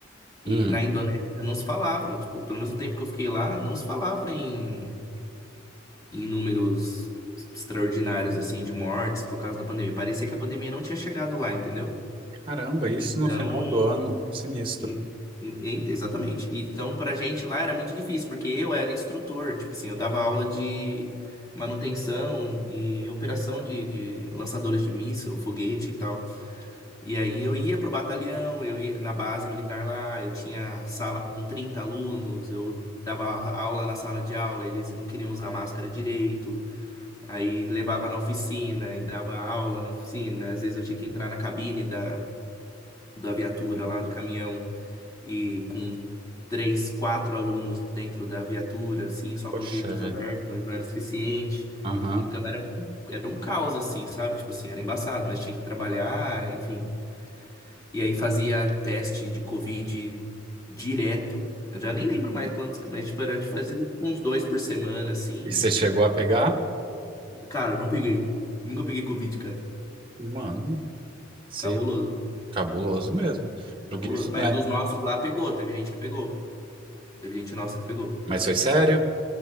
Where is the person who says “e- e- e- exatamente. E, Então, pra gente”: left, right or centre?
Left